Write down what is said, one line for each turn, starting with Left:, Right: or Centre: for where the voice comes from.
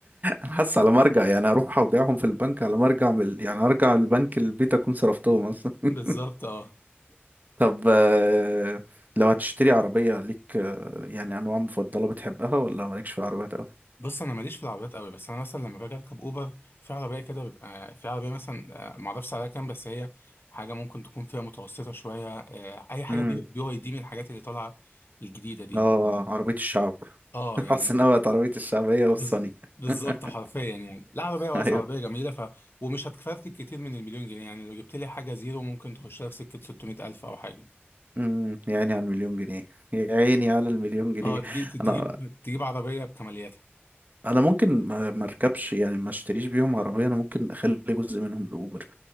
Right: انا حاسس على مرجع يعني اروح اودعهم في البنك على مرجع من ال- يعني ارجع البنك البيت اكون صرفتهم اصلا <laughs>
Left: بالظبط اه
Right: طب آه، لو هتشتري عربية ليك آه، يعني انواع مفضلة بتحبها ولا مالكش في عربيات قوي
Left: بص انا ماليش في العربيات قوي بس انا مثلا لما باجي اركب اوبر في عربيه كده بيبقى في عربيه مثلا آه، معرفش سعرها كام بس هي حاجه ممكن تكون فيها متوسطه شويه آه، اي حاجه
Right: امم
Left: بي بي واي دي من الحاجات اللي طالعه الجديده دي
Right: اه عربية الشعب
Left: اه
Right: <laughs>
Left: يعني
Right: حاسس انها بقت عربية الشعبية والصني
Left: بز... بالظبط
Right: <laughs>
Left: حرفيا يعني لعبه بيها واسعه
Right: ايوه
Left: وبيها جميله ف ومش هتكفرتك كتير من المليون جنيه يعني لو جبت لي حاجه زيرو ممكن تخشها في سكه 600 الف او حاجه
Right: امم يا عيني على المليون جنيه يا عيني على المليون جنيه
Left: اه تجيب تجيب
Right: انا
Left: تجيب عربيه بكمالياتها
Right: انا ممكن ما ما اركبش يعني ما اشتريش بيهم عربيه انا ممكن اخلي جزء منهم لاوبر